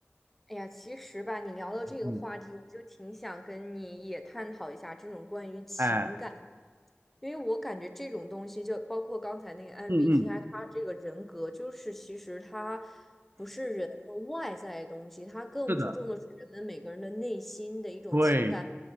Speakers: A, in the centre; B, on the right (about 55°).
A: 哎呀，其实吧，你聊到这个话题，
B: 嗯，
A: 我就挺想跟你也探讨一下这种关于情感，
B: 哎，
A: 因为我感觉这种东西，就包括刚才那个 MBTI，
B: 嗯嗯，
A: 他这个人格，就是其实他不是人的外在的东西，他更注重的是人们每个人的内心的一种情感。
B: 是的，对。